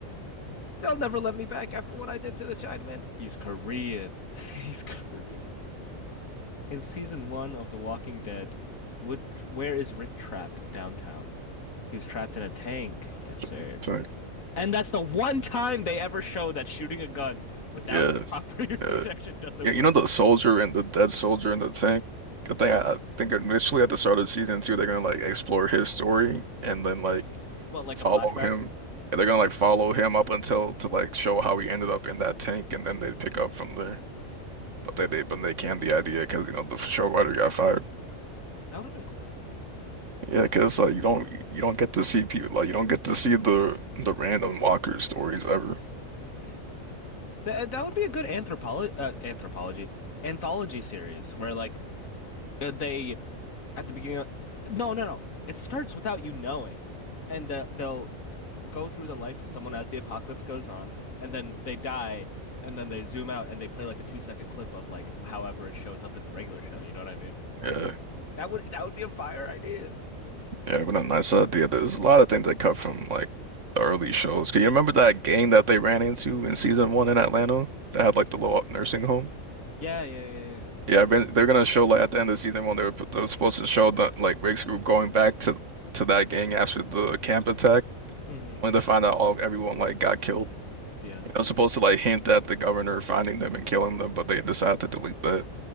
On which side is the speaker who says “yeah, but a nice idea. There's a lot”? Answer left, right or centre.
Right